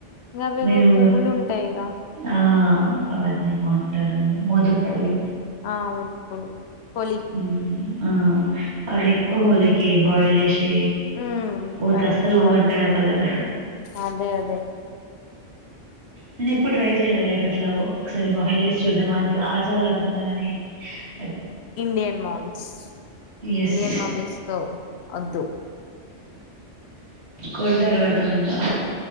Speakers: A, on the left (about 65°); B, on the right (about 60°).
A: ఇంగ అవేవో
B: మీరు
A: పువ్వులు ఉంటాయి ఇగ
B: ఆ ఆ వాటినేమో అంటారు మోదుకు పువ్వులు
A: ఆ మోదుపులు పోలి
B: హ్మ్. ఆ అవి ఎక్కువ హోలీ కి బాయిల్ చేసి
A: ఉమ్
B: పోతే
A: కలర్లు
B: అస్సలు
A: కవర్
B: పోవంటగా కలరు
A: అదే అదే
B: నేను ఎప్పుడు ట్రై చెయ్యాలే లైక్ అట్లా ఒకసారి బాయిల్ శుద్ధమంట రాజళ్ళు అనుకున్న ని ఆ <unintelligible>
A: ఇండియన్ మామ్స్
B: ఎస్
A: ఇండియన్ మమ్మీస్తో అద్దు
B: కొడతా అటు పడతము ఇంగ